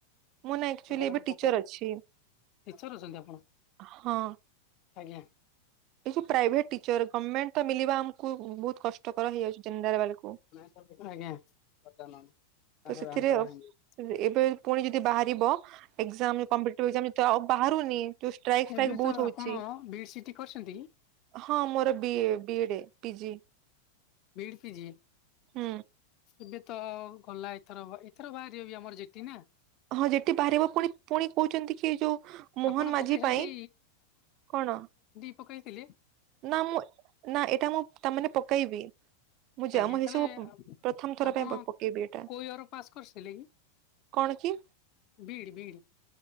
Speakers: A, on the right; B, on the left.
A: ମୁଁ ନା ଆକ୍ଚୁଆଲି
B: <unintelligible> ହଁ
A: ଏବେ ଟିଚର ଅଛି
B: ଟିଚର ଅଛନ୍ତି ଆପଣ?
A: ହଁ।
B: ଆଜ୍ଞା।
A: ଏ ଯଉ ପ୍ରାଇଭେଟ ଟିଚର ଗଭର୍ଣ୍ଣମେଣ୍ଟ ତ ମଳିବା ଆମକୁ ବହୁତ କଷ୍ଟକର ହେଇଯାଉଛି ଜେନରାଲ୍ ବାଲାକୁ।
B: ଆଜ୍ଞା, <unintelligible>
A: ତ ସେଥିରେ ଏବେ ପୁଣି ଯଦି ବାହାରିବ, ଏକଜାମ କମ୍ପିଟେଟିଭ ଏକ୍ସାମ୍ ଆଉ ବାହାରୁନି। ଯୋଉ ଷ୍ଟ୍ରାଇକ
B: ଏବେ
A: ଫ୍ରାଇକ ବହୁତ
B: ତ
A: ହଉଛି
B: ଆପଣ ବି ସିଟି କରିଛନ୍ତି କି?
A: ହଁ ମୋର ବି B E D PG.
B: BEd PG.
A: ହୁଁ।
B: ଏବେ ତ ଗଲା ଏଥର, ଏଇଥର ବାହାରିବ ବି ଆମର ଜେଟି ନା?
A: ହଁ ଯେ ବାହାରିବ ପୁଣି, ପୁଣି କହୁଛନ୍ତି କି ଏଇ ଯୋଉ ମୋହନ
B: ଆପଣ
A: ମାଝି
B: ପକେଇଛନ୍ତି
A: ପାଇଁ, କଣ?
B: ମୁଁ କହିଥିଲି
A: ନା ମୁଁ ନା ଏଇଟା ମୁଁ ତାମାନେ ପକେଇବି। ମୁଁ ଯା
B: ଆଜ୍ଞା
A: ମୁଁ
B: ତାହେଲେ
A: ଏସବୁ ପ୍ରଥମ ଥର
B: ଆପଣ
A: ପାଇଁ ପକେଇବି ଏଇଟା।
B: କୋଉ ଇୟର ପାସ୍ କରିଥିଲେ
A: କଣ କି?
B: B E D, B E D.